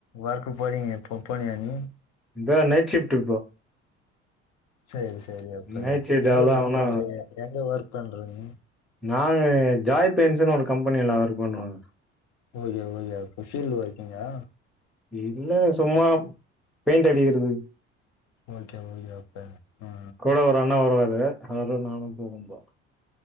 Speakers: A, on the left; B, in the centre.
A: ஒர்க்கு போனியே இப்ப போனியா நீ
B: இந்தா நைட் ஷிஃப்ட் இப்போ
A: சேரி சே சேரி அப்ப
B: நைட் ஷிஃப்ட்
A: எங்க
B: அவ்ளோ
A: ஒர்க்
B: ஒன்னு
A: பண்றீங்க எங்க ஒர்க் பண்றீங்க
B: நாங்க ஜாய் பென்ஷன் ஒரு கம்பனில ஒர்க் பண்றோங்க
A: ஓகே ஓகே அப்ப பீல்ட் ஒர்க்கிங்கா
B: இல்ல சும்மா பெயிண்ட் அடிக்கிறது
A: ஓகே ஓகே அப்ப ம்
B: கூட ஒரு அண்ணே வருவாரு அவரு நானு போகும்பா